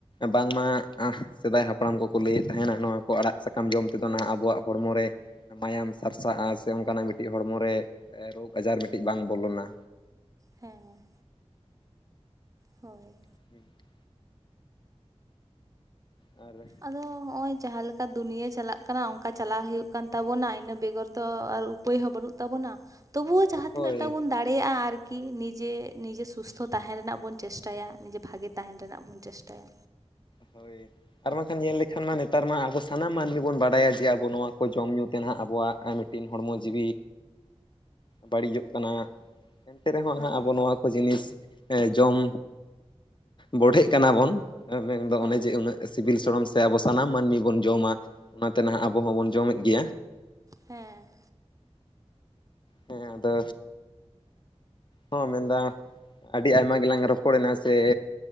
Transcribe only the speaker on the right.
ᱦᱮᱸ᱾ ᱦᱳᱭ
ᱟᱫᱚ ᱦᱚᱜ ᱚᱭ ᱡᱟᱦᱟᱸ ᱞᱮᱠᱟ ᱫᱩᱱᱭᱟᱹ ᱪᱟᱞᱟᱜ ᱠᱟᱱᱟ ᱚᱱᱠᱟ ᱪᱟᱞᱞᱟᱣ ᱦᱩᱭᱩᱜ ᱠᱟᱱ ᱛᱟᱵᱚᱱᱟ ᱤᱱᱟᱹ ᱵᱮᱜᱚᱨ ᱛᱚ ᱟᱨ ᱩ ᱩᱯᱟᱹᱭ ᱦᱚᱸ ᱵᱟᱹᱱᱩᱜ ᱛᱟᱵᱚᱱᱟ ᱛᱚᱵᱩᱣ ᱡᱟᱦᱟᱸ
ᱛᱤᱱᱟᱹᱜ ᱴᱟ ᱵᱚᱱ ᱫᱟᱲᱮᱭᱟᱜ-ᱟ ᱟᱨᱠᱤ ᱱᱤᱡᱮ ᱱᱤᱡᱮ ᱥᱩᱥᱛᱷᱚ ᱛᱟᱦᱮᱱ ᱨᱮᱱᱟᱜ ᱵᱚᱱ ᱪᱮᱥᱴᱟᱭᱟ ᱱᱤᱡᱮ ᱵᱷᱟᱜᱮ ᱛᱟᱦᱮᱱ ᱨᱮᱱᱟᱜ ᱵᱚᱱ ᱪᱮᱥᱴᱟᱭᱟ᱾
ᱦᱮᱸ
ᱦᱮᱸ
ᱦᱮᱸ